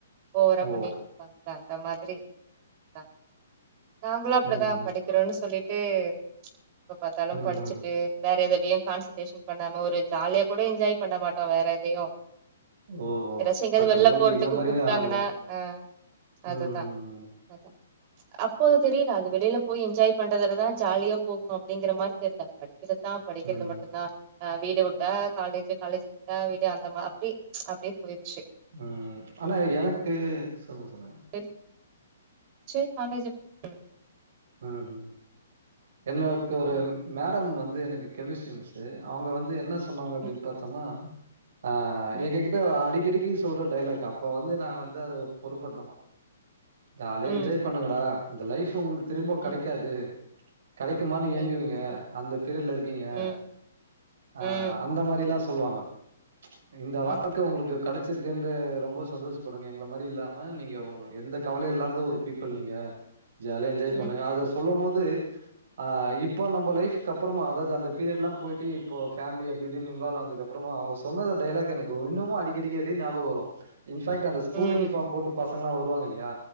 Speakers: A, on the right; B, on the right.
A: ஓவ்ரா
B: ஓ!
A: பண்ணிட் பாங்க அந்த மாத்ரி நா நாங்களு அப்படிதா
B: ம், ம்.
A: படிக்கறோன்னு சொல்லிட்டு எப்ப பாத்தாலும்
B: ம்,
A: படிச்சிட்டு
B: ம்.
A: வேற எதுலியும் கான்சற்ட்ரேஷன் பண்ணாம ஒரு ஜாலியா கூட என்ஜாய் பண்ண மாட்டோ வேற் எதையு
B: ஓஹோ!
A: ரெஸ்ஸு எங்காது
B: பட்
A: வெள்ல
B: உங்களுக்கு
A: போறத்துக்கு
B: இந்த மாரியே
A: கூப்ட்டாங்கன்னா
B: அனுபவம்.
A: அ அதுதா
B: ம்,
A: அ பு அப்போ தெரில அது வெளிலப் போய் என்ஜாய் பண்றதுலதா ஜாலியா போகு அப்டிங்கற மாரி தெர்ல படிக்கிறதா படிக்கிற்து
B: ம், ம்,
A: மட் நார் அ வீடு வுட்டா காலேஜு காலேஜ் விட்டா வீடு அந்த மா அப்டி அப்ட்யே போய்ர்ச்சு
B: ம் ஆனா எனக்கு சொல்லுங் சொல்லய்
A: தெரி ச்சே காலேஜப் ம்
B: ம் ஹும் எல்லாக்கு ஒரெம்
A: ம்
B: மேடம் வந்து எனக்கு கெமிஸ்ரி மிஸ்ஸு அவ்ங்க வந்து என்ன சொன்னாங்க அப்டின்
A: ம்
B: பாத்தோன்னா ஆ
A: ம்
B: எங்க கிட்ட அடிக்கடிக்கி சொல்ற டைலாக் அப்போ வந்து நா வந்து அது ஒர் பொருப்பர்த்த மா ஜாலியா
A: ம்
B: என்ஜாய் பண்ணுங்கடா இந்த லைஃப் உங்களுக் திரும்ப கடைக்காது
A: ம்
B: கடைக்குமான்னு ஏங்குவீங்க
A: எஸ் ம்
B: அந்த பீரியட்ல இர்க்கீங்க
A: ம்
B: அ
A: ம்
B: அந்த மாரில்லா சொல்வாங்க இந்த
A: ம்
B: வாழ்க்க உங்ளுக்கு கடச்சிருக்குன்ற ரொம்ப சந்தோசப்படுங்க எங்கள மாரி இல்லாம நீங்க உங்ள எந்த கவலையு இல்லாவ்த ஒரு பீப்புள் நீங்க ஜாலியா என்ஜாய்
A: ம்
B: பண்ணுங்க அத சொல்லும் போது ஆ இப் ப்போ நம்ம
A: ம்
B: லைஃப் கப்பறமா அதாவ்து அந்த பீரியட்லா போய்ட்டி இப்போ ஃபேமிலி அப்டிஇப்டின் இன்வால் ஆனாதுக்கப் ப்புறுமா அவ்ங்க சொன்னது டைலாக் எனக்கு உஇன்னமும் அடிக்கடிக்க அதே ஞாபகோ வரு இன்ஃபேக்ட் அந்த ஸ்கூல்
A: ம்
B: யூனிஃபாம் போட்டு பசங்கல்லா வருவாங் இல்லியா